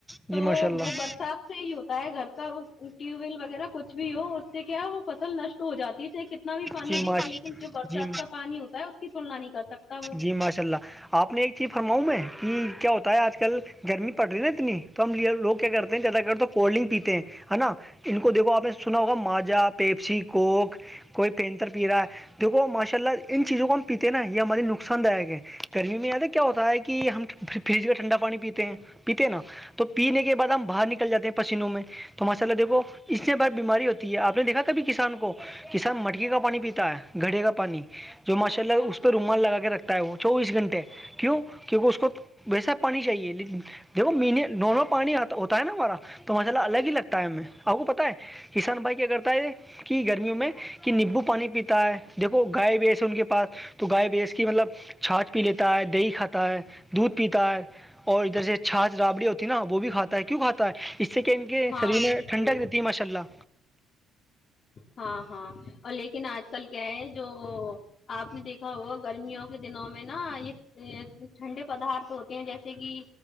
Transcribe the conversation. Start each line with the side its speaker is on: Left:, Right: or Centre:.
Centre: جی
Left: تو
Centre: ماشاء اللہ
Left: وہ برسات <unintelligible> سے ہی ہوتا ہے گھر کا ٹیوب ویل وغیرہ کچھ بھی ہو اس سے کیا وہ فصل نش <unintelligible> ہو جاتی ہے چاہے کتنا بھی پانی
Centre: جی
Left: دے
Centre: ماش
Left: لو لیکن جو برسات
Centre: جی
Left: کا پانی ہوتا ہے اس کی تلنا نہیں کر سکتا وہ
Centre: جی ماشاء اللہ آپ نے ایک فرماؤں میں کہ کیا ہوتا ہے آج کل گرمی پڑ رہی نا اتنی تو ہم لے لوگ کیا کرتے ہیں زیادہگر تو کولڈ ڈرنک پیتے ہیں ہے نا ان کو دیکھو آپ نے سنا ہوگا ماجا پیپسی کوک ئی پینتر پی رہا ہے دیکھو ماشاء اللہ ان چیزوں کو ہم پیتے نا یہ ہماری نک نقصان داک ہے گرمی میں یاد کیا ہوتا ہے کہ ہم فریج میں ٹھنڈا پانی پیتے ہیں پیتے نا تو پینے کے بعد ہم باہر نکل جاتے ہیں پسینوں میں تو ماشاء اللہ دیکھو اس سے بار بیماری ہوتی ہے آپ نے دیکھا کبھی کسان کو کہ س مٹکی کا پانی پیتا ہے گھڑے کا پانی جو ماشاء اللہ اس پہ رومال لگا کے رکھ تا ہے وہ چوبیس گھنٹے کیوں کیونکہ اس کو ویسا پانی چاہیے لیکن دیکھو نارمل پانی ہوتا ہے نا ہمارا تو مسئلہ الگ ہی لگتا ہے ہم آپ کو پت ہے کسان بھائی کیا کرتا ہے کہ گرمیوں میں کہ نیمبو پانی پیتا ہے دیکھو گائے بیس ہے ان کے پاس تو گائے بیس کی مطلب چھاات پی لیتا ہے دہی کھاتا ہے دودھ پیتا ہے اور ادھر سے چھاھ رابڑی ہوتی ہے نا وہ بھی کھاتا ہے کیوں کھاتا ہے اس سے کہ ان کے
Left: ہاں
Centre: شریر
Left: جی
Centre: میں
Left: بالکل
Centre: ٹھنڈک رہتی ہے ماشاء اللہ
Left: ہاں ہاں اور لیکن آج کل کیا ہے جو آپ نے دیکھا ہو گرمیوں کے دنوں میں نا یہ ٹھنڈے پدارت ہوتے ہیں جیسے کہ